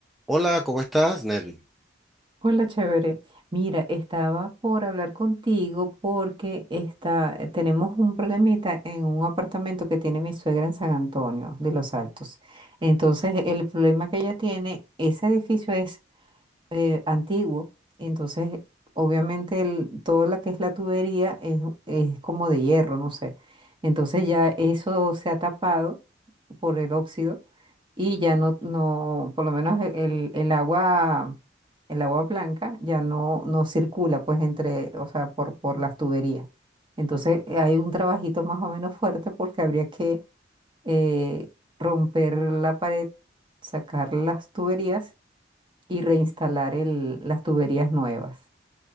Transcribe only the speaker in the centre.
Hola, ¿cómo estás, Nelly?